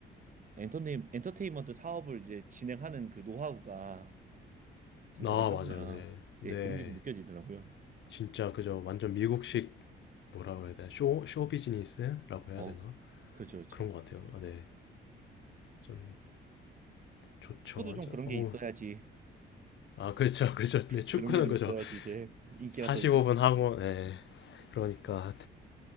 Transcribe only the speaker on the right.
엔터테인 엔터테인먼트 사업을 이제 진행하는 그 노하우가 참
대단하구나.
예, 그런 게 좀 느껴지더라고요.
어
그렇죠, 그렇죠.
축구도
좀 그런 게
있어야지.
그런 게 좀
있어야지 이제 인기가
더 있는데.